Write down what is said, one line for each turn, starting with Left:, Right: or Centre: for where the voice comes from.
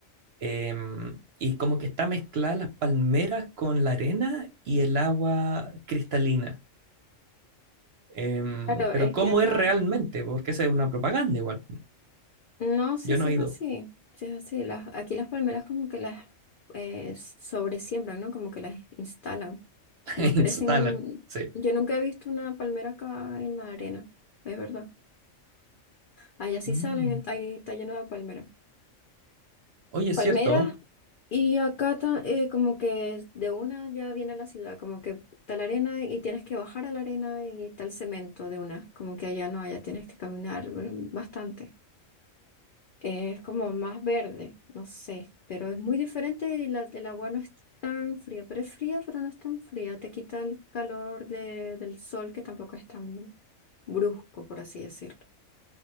Right: em, y como que está mezclada las palmeras con la arena y el agua cristalina. Em,
Left: Claro,
Right: pero
Left: es
Right: ¿cómo
Left: que acá,
Right: es realmente? Porque esa es una propaganda igual.
Left: no, sí,
Right: Yo
Left: sí
Right: no he
Left: es
Right: ido.
Left: así. Sí es así. Las, aquí las palmeras como que las eh, sobresiembran, ¿no? Como que las instalan.
Right: <laughs>
Left: No crecen,
Right: Instalan. Sí.
Left: yo nunca he visto una palmera acá en la arena, es verdad. Allá sí
Right: Mm.
Left: salen, ahí está lleno de palmeras.
Right: Oye, es
Left: Palmeras,
Right: cierto.
Left: y acá ta- eh, como que de una ya viene la ciudad, como que está la arena y tienes que bajar a la arena y está el cemento de una, como que allá no, allá tienes que caminar mm, bastante. Es como más verde, no sé, pero es muy diferente y la, el agua no es tan fría, pero es fría, pero no es tan fría. Te quita el calor de- del sol, que tampoco es tan brusco, por así decirlo.